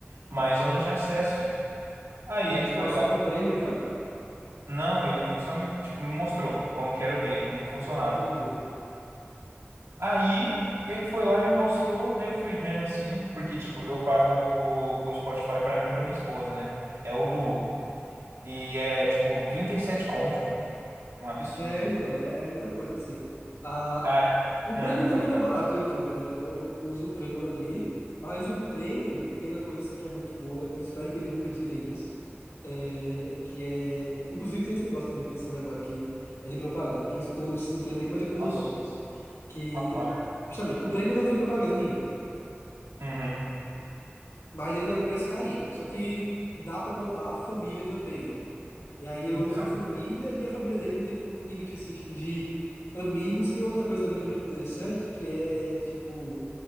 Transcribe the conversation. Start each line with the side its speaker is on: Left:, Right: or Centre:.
Right: Mas eu não tinha acesso. Aí
Left: Aí
Right: ele
Left: ele te
Right: foi
Left: passou
Right: lá.
Left: com prêmio já?
Right: Não, ele só me, tipo, me mostrou como que era o dele, como que funcionava.
Left: Entendi.
Right: Aí ele foi lá e me mostrou, aí eu fui vendo assim, porque, tipo, eu pago o, o Spotify pra mim e pra minha esposa, né? É o Duo. E é, tipo, 37 conto. Um absurdo.
Left: É, então, é, é muita coisa, assim. Ah,
Right: Ah,
Left: o prêmio
Right: ah,
Left: também
Right: pode
Left: não
Right: falar.
Left: é barato do YouTube, né? Eu uso o prêmio ali, mas o prêmio tem uma coisa, assim, que é muito boa. Eu espero que eles nunca tirem isso. É, que é. Inclusive, tem esse negócio também, pensando agora, que é de propaganda, que eu escutei uma notícia do prêmio aí, mas depois
Right: Nossa,
Left: eu volto nisso. Que,
Right: rapaz.
Left: justamente, o prêmio não tem propaganda nenhuma.
Right: Uhum.
Left: Mas ele é um preço carinho. Só que dá pra botar a família também, né? E aí eu
Right: Então.
Left: uso em família, e a família dele não tem um limite assim, tipo, de amigos. E tem outra coisa também que é muito interessante, que é, tipo,